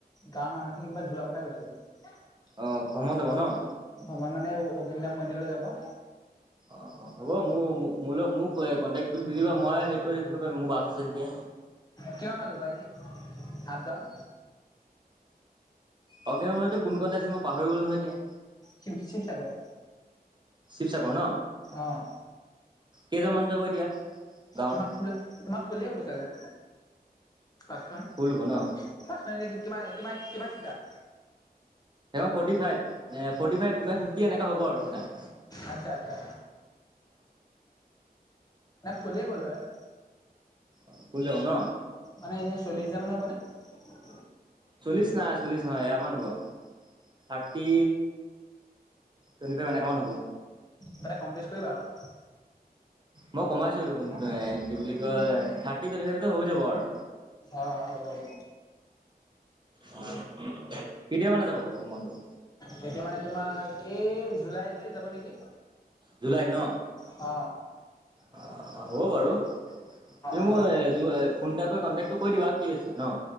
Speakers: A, on the left (about 25°); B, on the right (about 30°).
A: গাঁৱৰ মানুহ খিনি কৰবাত যোৱা কথা কৈছে।
B: অঁ ভ্ৰমণ যাব নহ?
A: তোমাৰ মানে অাম মন্দিৰলৈ যাব <inaudible>
B: অ' অ' হ'ব মোৰ ম মোক কণ্টেক্ট দিবা মই হ কৰি মোৰ বাছ আছে যেতিয়া।
A: কিমান মান ল'বা এনেই আপডাউন?
B: অগ্ন মতো কোন কণটা আছিল মই পাহৰি গলো নহয় এতিয়া <inaudible>
A: শিৱ শিৱসাগৰ।
B: শিৱসাগৰ ন?
A: অ
B: কেইজনামান যাব এতিয়া? গাঁৱৰ
A: তোমাৰ ফুল তোমাৰ ফুলেই হ'ব চাগে। পছখন
B: ফুল হ'ব ন
A: পাছখননে কিমান কিমান কিমান চিটাৰ?
B: ফটি ফাইভ ফটি ফাইভ মে ফিফটি এনেকা হ'ব আৰুিনা <inaudible>
A: আচ্ছা আচ্ছা। ন ফুলিয়ে গ'ল হয় <inaudible>
B: অ' ফুল যাব ন?
A: মানে এনেই চল্লিছ হাজাৰ মানে হ'ব নে?
B: চল্লিশ নাই চল্লিশ নহয় এয়া মান হ'ব থাৰ্টি টুৱেণ্টি ফাইভ এনেকুৱামান হ'ব
A: তটা কম বেছ কৰিবা আৰু
B: মই কমাইছো দেখোন এ
A: আৰু
B: কি বুলি কয় থাৰ্টি টুৱেণ্টি ফাইভ হৈ যাব আৰু
A: অ হবব
B: অ কেতিয়া মানে যাব ভ্ৰমণটো
A: তেতিয়া মানে তোমাৰ এই জুলাইতে যাব নেকি
B: জুলাইক ন
A: হ
B: অ হ'ব বাৰু তুি
A: অঁ
B: মই ফোন এ কৰি কণ্টেক্ট তোক কৈ দিবা কি আছে ন